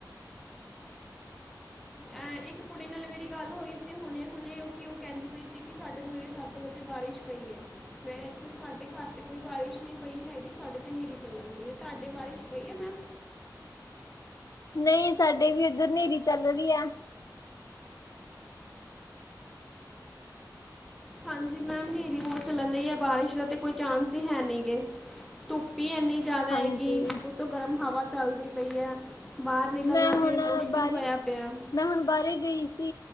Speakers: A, in the centre; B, on the left.
A: ਐ ਇੱਕ ਕੁੜੀ ਨਾਲ ਮੇਰੀ ਗੱਲ ਹੋਈ ਸੀ ਹੁਣੇ-ਹੁਣੇ ਓ ਕੀ ਓ ਕੈਂਦੀ ਪਈ ਸੀ ਕੀ ਸਾਡੇ ਸਵੇਰੇ ਸੱਤ ਵਜੇ ਬਾਰਿਸ਼ ਪਈ ਐ। ਮੈਂ ਇੱਥੇ ਸਾਡੇ ਘਰ ਤੇ ਕੋਈ ਬਾਰਿਸ਼ ਨੀ ਪਈ ਹੈਗੀ ਸਾਡੇ ਤੇ ਨੇਰੀ ਚੱਲਣਦੀ ਐ ਤੁਹਾਡੇ ਬਾਰਿਸ਼ ਪਈ ਐ ਮੈਮ?
B: ਨਈ ਸਾਡੇ ਵੀ ਇੱਧਰ ਨੇਰੀ ਚੱਲ ਰੀਆ।
A: ਹਾਂਜੀ ਮੈਮ ਨੇਰੀ ਬੋਤ ਚੱਲਣ ਦਈ ਐ ਬਾਰਿਸ਼ ਦਾ ਤੇ ਕੋਈ ਚਾਂਸ ਈ ਹੈ ਨੀ ਗੇ। ਧੁੱਪ ਈ ਐੰਨੀ ਜਾਦਾ
B: ਹਾਂਜੀ
A: ਹੈਗੀ, ਉੱਤੋਂ ਗਰਮ ਹਵਾ ਚੱਲਦੀ ਪਈ ਐ। ਬਾਰ ਨਿਕਲਣਾ
B: ਮੈਂ ਹੁਣ
A: ਤੇ ਮੁਸ਼ਕਿਲ
B: ਬਾਰੀ
A: ਹੋਇਆ ਪਿਆ।
B: ਮੈਂ ਹੁਣ ਬਾਰੇ ਗਈ ਸੀ।